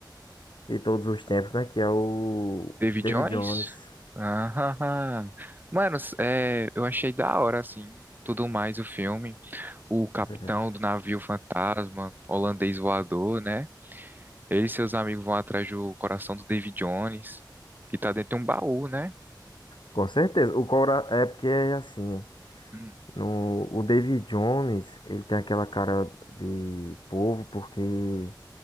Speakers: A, on the left; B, on the right.
A: de todos os tempos, né? Que é o
B: David
A: David
B: Jones.
A: Jones.
B: Ah, ah, ah. Mano, é, eu achei da hora, assim, tudo mais o filme. O capitão
A: Com certeza.
B: do navio fantasma, holandês voador, né? Ele e seus amigos vão atrás do coração do David Jones, que tá dentro de um baú, né?
A: Com certeza. O Cora é porque é assim.
B: Hum,
A: No, o David Jones, ele tem aquela cara de povo, porque